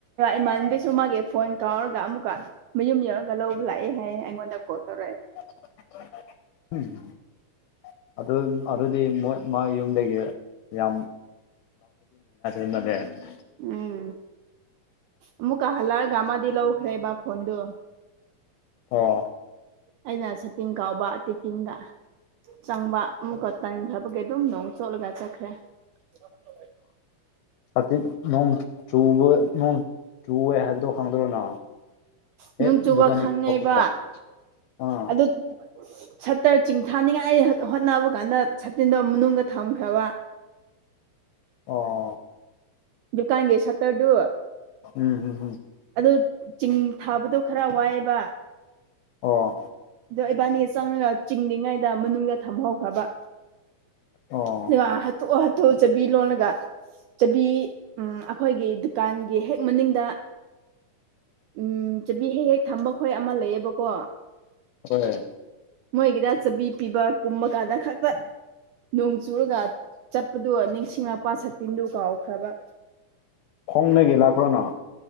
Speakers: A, on the right; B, on the left.
A: ꯏꯃꯥꯟꯕꯤꯁꯨ ꯃꯥꯒꯤ ꯐꯣꯟ ꯀꯥꯎꯔꯒ ꯑꯃꯨꯛꯀ ꯃꯌꯨꯝ ꯌꯧꯔꯒ ꯂꯧꯕ ꯂꯥꯛꯑꯦ ꯍꯥꯏꯌꯦ ꯑꯩꯉꯣꯟꯗ ꯀꯣꯜ ꯇꯧꯔꯛꯑꯦ
B: <inaudible> ꯑꯗꯨꯝ ꯑꯗꯨꯗꯤ ꯃꯣꯏ ꯃꯥ ꯌꯨꯝꯗꯒꯤ ꯌꯥꯝ <unintelligible>
A: ꯎꯝ ꯑꯃꯨꯛꯀ ꯍꯜꯂꯑꯒꯥ ꯃꯥꯗꯤ ꯂꯧꯈ꯭ꯔꯦꯕ ꯐꯣꯟꯗꯨ
B: ꯑꯣ
A: ꯑꯩꯅ ꯁꯇꯤꯡ ꯀꯥꯎꯕ ꯇꯤꯐꯤꯟꯒ ꯆꯪꯕ ꯑꯃꯨꯛꯀ ꯇꯪꯈ꯭ꯔꯕꯒꯤ ꯑꯗꯨꯝ ꯅꯣꯡ ꯆꯣꯠꯂꯒ ꯆꯠꯈ꯭ꯔꯦ <inaudible>
B: ꯁꯥꯇꯤꯟ ꯅꯣꯡ ꯆꯨꯕ ꯅꯣꯡ ꯆꯨꯋꯦ ꯍꯥꯏꯕꯗꯣ ꯈꯪꯗ꯭ꯔꯣꯅ ꯍꯦꯛ
A: ꯅꯨꯡ ꯆꯨꯕ
B: ꯗꯨꯀꯥꯟꯗꯒꯤ
A: ꯈꯪꯉꯦꯕ
B: ꯊꯣꯛꯄꯗꯣ ꯑꯥ
A: ꯑꯗꯨ ꯁꯠꯇ꯭ꯔ ꯆꯤꯡꯊꯥꯅꯤꯡꯉꯥꯏ ꯍꯣ ꯍꯣꯠꯅꯕ ꯀꯥꯟꯗ ꯁꯠꯇꯤꯟꯗꯣ ꯃꯅꯨꯡꯗ ꯊꯝꯈ꯭ꯔꯕ
B: ꯑꯣ
A: ꯗꯨꯀꯥꯟꯒꯤ ꯁꯠꯇ꯭ꯔꯗꯨ
B: ꯎꯝ ꯍꯨꯝ ꯍꯨꯝ
A: ꯑꯗꯨ ꯆꯤꯡ ꯊꯥꯕꯗꯣ ꯈꯔ ꯋꯥꯏꯌꯦꯕ
B: ꯑꯣ
A: ꯗꯣ ꯏꯕꯥꯅꯤ ꯆꯪꯔꯒ ꯆꯤꯡꯂꯤꯉꯩꯗ ꯃꯅꯨꯡꯗ ꯊꯝꯍꯧꯈ꯭ꯔꯕ
B: ꯑꯣ
A: ꯑꯗꯨꯒ ꯍꯥꯠꯊꯨ ꯍꯥꯠꯊꯨ ꯆꯕꯤ ꯂꯣꯜꯂꯒ ꯆꯕꯤ ꯎꯝ ꯑꯈꯣꯏꯒꯤ ꯗꯨꯀꯥꯟꯒꯤ ꯍꯦꯛ ꯃꯥꯅꯤꯡꯗ ꯎꯝ ꯆꯕꯤ ꯍꯦ ꯍꯦꯛ ꯊꯝꯕ ꯈꯣꯏ ꯑꯃ ꯂꯩꯌꯦꯕꯀꯣ
B: ꯈꯣꯏꯑ
A: ꯃꯣꯏꯒꯤꯗ ꯆꯕꯤ ꯄꯤꯕ ꯀꯨꯝꯕ ꯀꯥꯟꯗ ꯈꯛꯇ ꯅꯣꯡ ꯆꯨꯔꯒ ꯆꯠꯄꯗꯨ ꯅꯤꯡꯁꯤꯡꯉꯛꯄ ꯁꯇꯤꯟꯗꯨ ꯀꯥꯎꯈ꯭ꯔꯕ
B: ꯈꯣꯡꯅꯒꯤ ꯂꯥꯛꯄ꯭ꯔꯣ ꯅꯣ